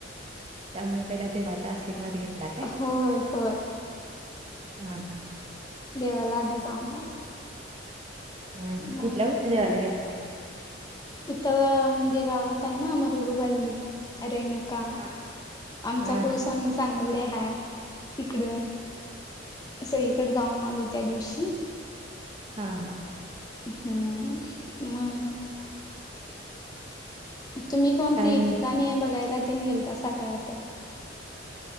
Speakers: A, on the right (about 30°); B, on the left (about 20°).
A: त्यामुळे पहिला देवाचा आशीर्वाद घेतला. काय
B: होय होय.
A: हा हा.
B: देवाला आधी जावुन आलो.
A: हम्म हम्म
B: मग
A: कुठल्या, कुठल्या देवाला गेलता?
B: इथं म्हणजे गावात आहे ना मरगुबाई रेणू का
A: हा
B: आमचा
A: हा
B: कुलस्वामी
A: हा
B: सांगवडे हाय तिकडं. सगळीकडं जाऊन आलो त्या दिवशी.
A: हां हां.
B: हम्म मग? तुम्ही कोणती
A: काय
B: ठिकाणे बघायला तेन गेलतासा काय असं?